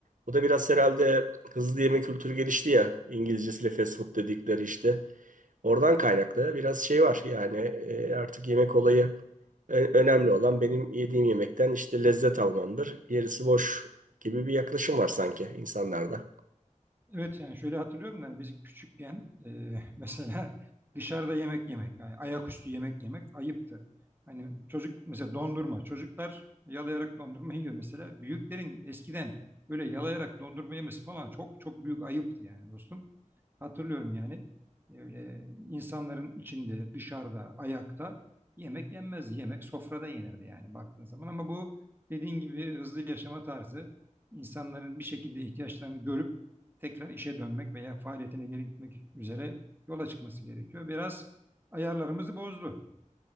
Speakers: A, on the right; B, on the right.
A: o da biraz herhalde hızlı yeme kültürü gelişti ya İngilizcesiyle fast food dedikleri işte. Oradan kaynaklı biraz şey var yani e, artık yemek olayı ö- önemli olan benim yediğim yemekten işte lezzet almamdır. Gerisi boş gibi bir yaklaşım var sanki insanlarda.
B: Evet yani şöyle hatırlıyorum da hani biz küçükken e, <laughs> mesela dışarıda yemek yemek yani ayaküstü yemek yemek ayıptı. Hani çocuk mesela dondurma çocuklar yalayarak dondurma yiyor mesela. Büyüklerin eskiden böyle yalayarak dondurma yemesi falan çok çok büyük ayıptı yani dostum. Hatırlıyorum yani. Öyle insanların içinde, dışarıda, ayakta yemek yenmez. Yemek sofrada yenirdi yani baktığın zaman. Ama bu dediğin gibi hızlı yaşama tarzı insanların bir şekilde ihtiyaçlarını görüp tekrar işe dönmek veya faaliyetine geri gitmek üzere yola çıkması gerekiyor. Biraz ayarlarımızı bozdu.